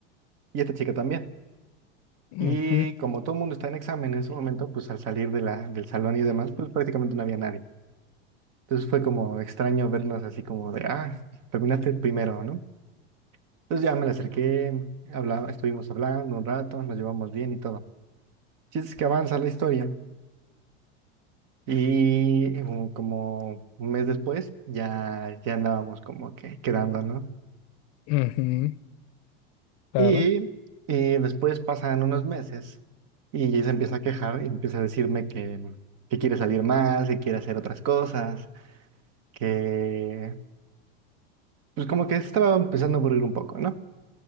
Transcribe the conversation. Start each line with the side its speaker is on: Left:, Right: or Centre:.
Right: Y esta chica también.
Left: Ujú,
Right: Y como todo el mundo está en examen en ese momento, pues al salir de la, del salón y demás, pues prácticamente no había nadie. Entonces fue como extraño vernos así como de, ah, terminaste primero, ¿no? Entonces ya me la acerqué, habla- estuvimos hablando un rato, nos llevamos bien y todo. Chiste es que avanza la historia Y u- como un mes después ya, ya andábamos como que quedando, ¿no?
Left: ujú. Claro,
Right: Y, y después pasan unos meses y ella se empieza a quejar y empieza a decirme que, que quiere salir más, que quiere hacer otras cosas, que pues como que se estaba empezando a aburrir un poco, ¿no?